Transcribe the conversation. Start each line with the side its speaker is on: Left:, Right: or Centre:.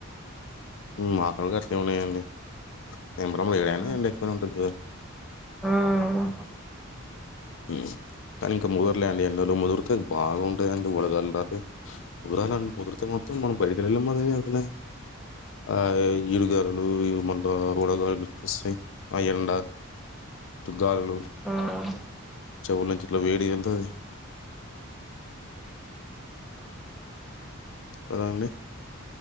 Left: మా కూడా గాట్నే ఉన్నాయండి మీ బ్రమ ఏడైనా
Centre: ఉమ్
Left: అండి ఎక్కువ ఉంటుంది
Centre: ఉమ్
Left: మ్ కానీ ఇంకా ముదరలే అండి ఎన్నలు ముదురితే బాగా ఉంటదండి వడగలి లాగే ముదరాల ముదిరితే మొత్తం మనం బయటకి ఎల్లలేం అది గాకనే ఆ ఈడుగాలులు మంట ఉడగాలులు ఎకువొస్తాయి ఆ ఎండ గాలులు
Centre: ఉమ్
Left: చెవుల్నించి ఇట్ల వేడిగెల్తాయ్ కద అండి